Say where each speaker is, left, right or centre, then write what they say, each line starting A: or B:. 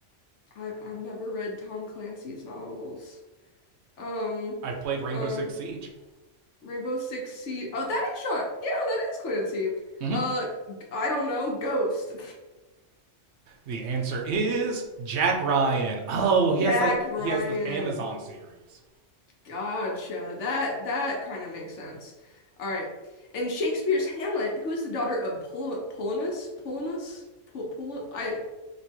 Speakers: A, on the left; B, on the right.
A: I've I've never read Tom Clancy's novels. Um,
B: I've played Rainbow
A: um,
B: Six Siege.
A: Rainbow Six Siege. Oh, that is short. Yeah, that is Clancy.
B: Mm-hmm.
A: Uh, I I don't know. Ghost.
B: The answer is Jack Ryan. Oh,
A: <laughs> Jack
B: he has that.
A: Ryan.
B: He has the Amazon series.
A: Gotcha. That that kind of makes sense. All right. And Shakespeare's Hamlet, who is the daughter of Pol Polonus? Polonus? Pol Pol I